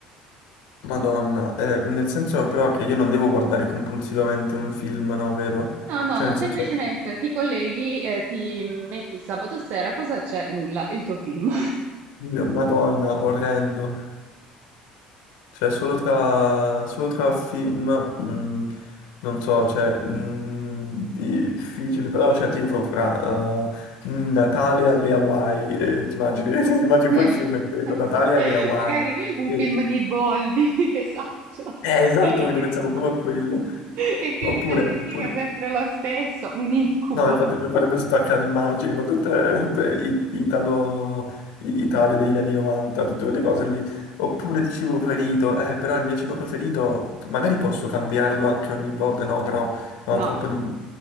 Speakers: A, on the left (about 70°); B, on the right (about 60°).
A: Madonna, eh, nel senso però che io non devo guardare compulsivamente un film, no, vero?
B: No, no,
A: Cioè
B: no,
A: nel
B: semplicemente
A: senso,
B: ti colleghi, eh, ti metti il sabato sera, cosa c'è? Nulla, il tuo film. <laughs>
A: mio- Madonna, orrendo. Cioè, solo tra, solo tra film, mm, non so, cioè, mm, difficile, però, cioè, tipo fra eh, mm, Natale alle Hawaii, eh, ti immagini, <laughs> ti immagini
B: <laughs>
A: poi il film è quello, Natale alle Hawaii.
B: Magari un
A: Eh,
B: film di Boldi, <laughs> esatto.
A: eh, esatto,
B: Esatto.
A: capito, pensavo proprio a quello.
B: E Christian
A: Oppure,
B: De
A: oppure-
B: Sica sempre lo stesso, un incubo.
A: No, infatti mi farebbe spaccato, immagini, con tutte beh, i- Italo, i- Italia degli anni 90, tutte quelle cose lì. Oppure il cibo preferito, eh, però il mio cibo preferito, magari posso cambiarlo anche ogni volta, no, però, no,
B: No,
A: troppo di...